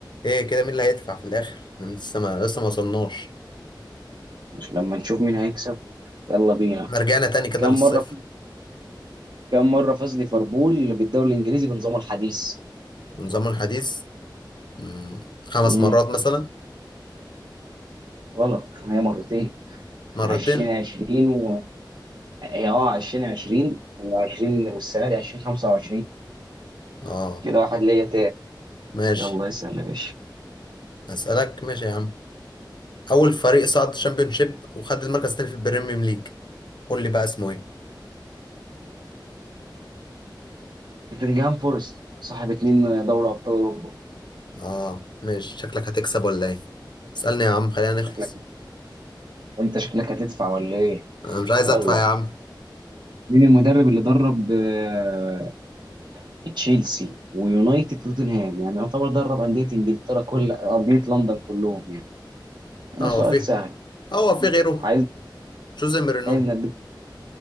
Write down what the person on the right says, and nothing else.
مش لما نشوف مين هيكسب يلا بينا
كم
مرة كم مرة فاز ليفربول بالدوري الإنجليزي بنظامه الحديث؟
مم.
غلط هي مرتين
2020 و هي اه 2020 و20 والسنة دي 2025
كده واحد ليا تاني
يلا اسأل يا باشا
نوتنجهام فورست صاحب اتنين دوري أبطال أوروبا
شكلك
وأنت شكلك هتدفع ولا إيه؟
يلا
مين المدرب اللي درب آه، تشيلسي ويونايتد وتوتنهام يعني يعتبر درب أندية إنجلترا كل أندية لندن كلهم يعني
سؤال
سهل
عايز
عايز نديك